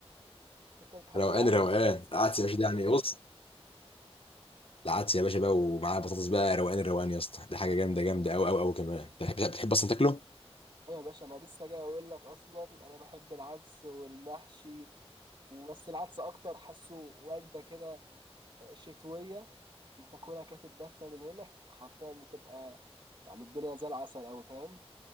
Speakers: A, on the right (about 45°); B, on the left (about 60°).
A: انت بتحب
B: روقان
A: العدس
B: روقان العدس يا باشا ده يعني بص العدس يا باشا بقى ومعاه بطاطس بقى روقان الروقان يا اسطى ده حاجه جامده جامده قوي قوي قوي كمان بتحب بتحب اصلا تاكله
A: ايه يا باشا انا لسه جاي اقول لك اصلا انا بحب العدس والمحشي وبس العدس اكتر حاسه وجبه كده شتويه انت تاكلها كده تتدفى من هنا <laughs> حرفيا بتبقى يعني الدنيا زي العسل اوي فاهم